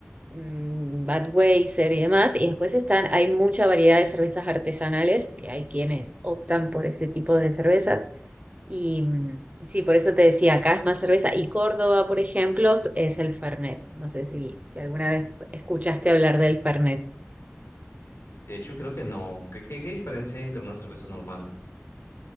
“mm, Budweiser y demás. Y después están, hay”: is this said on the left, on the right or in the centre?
Right